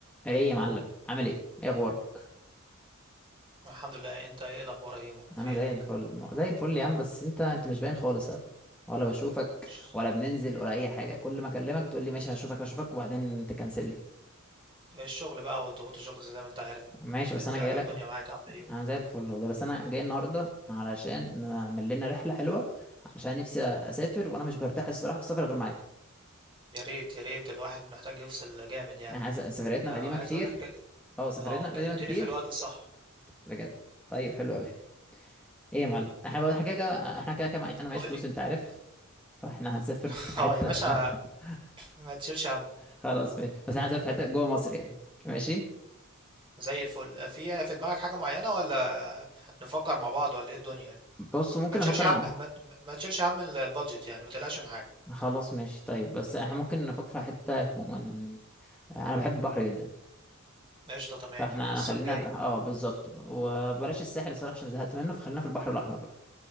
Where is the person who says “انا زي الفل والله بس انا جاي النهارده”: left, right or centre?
Centre